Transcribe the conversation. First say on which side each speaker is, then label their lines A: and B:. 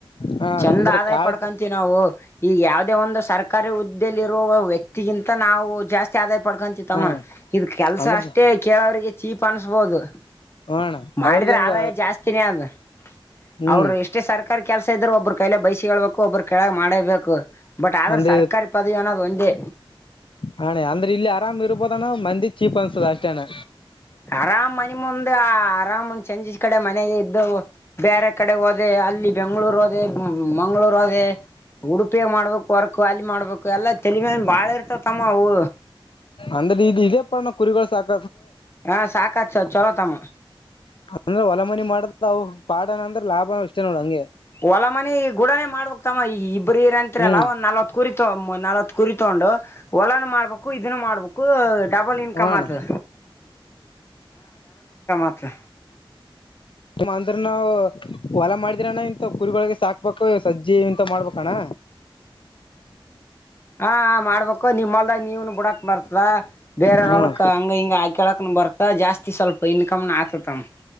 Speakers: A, on the left; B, on the left.
A: ಹ ಅಣ್ಣ
B: ಚಂದ
A: ಅಂದ್ರ
B: ಆದಾಯ
A: ಕಾಳತ್
B: ಪಡ್ಕಂತೀ ನಾವು ಈಗ ಯಾವುದೇ ಒಂದು ಸರ್ಕಾರಿ ಹುದ್ದೆಯಲ್ಲಿ ಇರುವ ವ್ಯಕ್ತಿಗಿಂತ ನಾವು ಜಾಸ್ತಿ ಆದ ಪಡ್ಕೊಂತತ್ತಮ್ಮ
A: ಹಾ
B: ಇದ ಕೆಲ್ಸ
A: ಅಂದ್ರ
B: ಅಷ್ಟೇ ಕೇಳೋರಿಗೆ ಚೀಪ್ ಅನ್ಸ್ಬೋದು
A: ಹ ಅಣ್ಣ
B: ಮಾಡಿದ್ರೆ
A: ಅವ್ರಿಗಂಗ
B: ಆದಾಯ ಜಾಸ್ತಿನೇ ಅದು
A: ಹ್ಮ್
B: ಅವ್ರು ಎಷ್ಟೇ ಸರ್ಕಾರಿ ಕೆಲ್ಸ ಇದ್ರರು ಒಬ್ಬ್ರ ಕೈಲೆ ಬೈಸಿಗೆ ಹೇಳ್ಬೇಕು ಒಬ್ಬ್ರ ಕೆಳಗ್ ಮಾಡೇಬೇಕು ಬಟ್ ಆದ್ರ
A: ಅಂದ್ರೆ
B: ಸರ್ಕಾರಿ ಪದವಿ ಅನ್ನೋದು ಒಂದೇ
A: ಹೆ ಅಂದ್ರೆ ಇಲ್ಲಿ ಆರಾಮ್ ಇರ್ಬೋದಾನ ಮಂದಿ ಚೀಪ್ ಅನ್ಸದ ಅಷ್ಟೇಣ್ಣ
B: ಆರಾಮ ಮನೆ ಮುಂದ್ ಆರಾಮ್ಂದ್ ಚೆಜಿಸ ಕಡೆ ಮನೆಗೆ ಬೇರೆ ಕಡೆ ಹೋದೆ ಅಲ್ಲಿ ಬೆಂಗಳೂರು ಅ ಮಂಗಳೂರು ಉಡುಪಿಯ ಮಾಡ್ಬೇಕ ಹೊರಕ್ ಅಾಲಿ ಮಾಡ್ಬೇಕು ಎಲ್ಲ ತಳಮೆ ಬಾಳ ಇರ್ತ ತಮ್ಮ ಅವು
A: ಅಂದ್ರೆ ಇದು ಇದೇ ಪಡ ಕುರಿಗಳು ಸಾಕ
B: ಹಾ ಸಾಕಾ ಚಲೋ ತಮ್ಮ
A: ಅಂದ್ರೆ ಹೊಲ ಮನಿ ಮಾಡದ ಅವು ಪಾಡು ಅಂದ್ರೆ ಲಾಭ ಇಷ್ಟೇ ನೋಡ ಹಂಗೆ
B: ಹೊಲ ಮನ ಗೂಡನನೆ ಮಾಡ್ಬೇಕಕ್ ತಮ್ಮ ಈ ಇಬ್ಬ್ರರ ಅಂರ
A: ಹ್ಮ್
B: ಅಲ್ಲ ಒ್ನಲ್ವತ್ ಕುರಿತ ನಲ್ವತ್ ಕುರಿತೊಂಡು ಹೊಲನು ಮಾಡ್ಬೇಕು ಇದನ್ನು ಮಾಡ್ಬೇಕು ಡ ಬಲ್ ಇನ್ಕಮದು
A: ಹಣ
B: ಆತದ
A: ಅಂದ್ರ ನಾವು ಹೊಲ ಮಾಡಿದಿರಾನ ಇಂತ ಕುರಿಗಳೊಗೆ ಸಾಕ್ಬೇಕು ಸಜ್ಜಿ ಇಂತ ಮಾಡ್ಬೇಕಣ್ಣ
B: ಹಾ ಮಾಡ್ಬೇಕು ನಿಮ್ಮಲ್ದಾಗ ನೀವನು ಬಿಡಕ್ ಮಾಡರ್ತ ಬೇರೆಯವರ್
A: ಹ್ಮ್
B: ಹೊಲ್ಕ ಹಂಗ ಹಿಂಗ ಹಾಕೇಳಕ ಬರ್ತ ಜಾಸ್ತಿ ಅತಿ ಸ್ವಲ್ಪ ಇನ್ಕಮ್ನ ಆತತಮ್ಮ